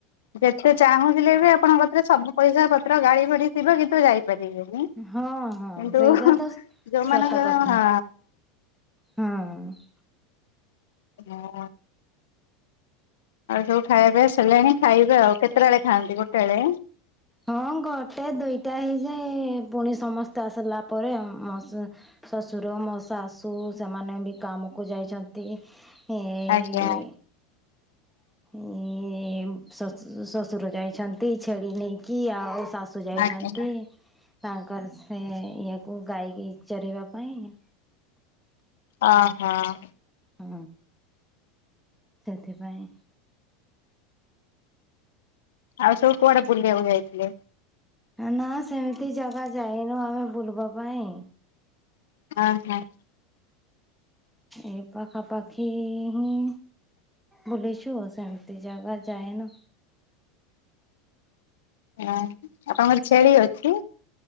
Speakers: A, on the left (about 80°); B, in the centre.
A: ଯେତେ ଚାହୁଁଥିଲେ ବି ଆପଣଙ୍କ କତିରେ ସବୁ ପଇସା ପତ୍ର ଗାଡି ଫାଡି ଥିବ କିନ୍ତୁ ଯାଇ ପାରିବେନି
B: ହଁ ହଁ
A: କିନ୍ତୁ
B: ସେଇଟା ତ
A: ଯୋଉମାନଙ୍କର
B: ସତ କଥା
A: ହଁ
B: ହଁ।
A: ଆଉ ସବୁ ଖାଇବା ପିଇବା ସରିଲାଣି ଖାଇବେ ଆଉ କେତେ କେତେଟାବେଳେ ଖାଆନ୍ତି ଗୋଟେ ବେଳେ
B: ହଁ ଗୋଟେ ଦୁଇଟା ହେଇଯାଏ ପୁଣି ସମସ୍ତେ ଆସିଲା ପରେ। ମ ଶ୍ୱଶୁର ମୋ ଶାଶୁ ସେମାନେ ବି କାମକୁ ଯାଇଛନ୍ତି। ଏଇ
A: ଆଜ୍ଞା
B: ଏ ଶସୁ <unintelligible> ଶ୍ଵଶୁର ଯାଇଛନ୍ତି ଛେଳି ନେଇକି ଆଉ ଶାଶୁ ଯାଇଛନ୍ତି।
A: ଆଜ୍ଞା
B: ତାଙ୍କର ସେ ଇଏକୁ ଗାଈକି ଚରାଇବା ପାଇଁ।
A: ଅ ହଁ।
B: ହଁ। ସେଥିପାଇଁ
A: ଆଉ ସବୁ କୁଆଡେ ବୁଲିବାକୁ ଯାଇଥିଲେ?
B: ନା ସେମିତି ଜାଗା ଯାଇନୁ ଆମେ ବୁଲିବା ପାଇଁ।
A: ଅ ହଁ।
B: ଏ ପାଖାପାଖି ହିଁ। ବୁଲିଚୁ ସେମତି ଜାଗା ଯାଇନ।
A: ଆପଣଙ୍କର ଛେଳି ଅଛି?